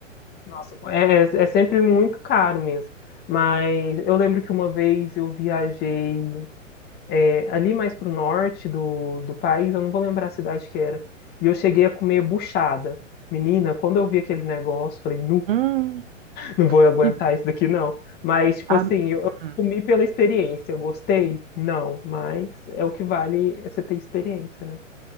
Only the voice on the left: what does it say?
Nossa, é, é é sempre muito caro mesmo. Mas eu lembro que uma vez eu viajei é, ali mais pro norte do, do país, eu não vou lembrar a cidade que era. E eu cheguei a comer buchada. Menina, quando eu vi aquele negócio, falei, não,
não vou aguentar
isso daqui, não. Mas, tipo
assim, eu, eu
comi pela experiência. Eu gostei? Não, mas é o que vale é você ter experiência, né?